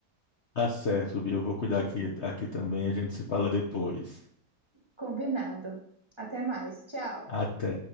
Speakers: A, on the left (about 55°); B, on the right (about 20°).
A: Tá certo, Bia. Eu vou cuidar aqui, aqui também. A gente se fala depois.
B: Combinado. Até mais. Tchau.
A: Até.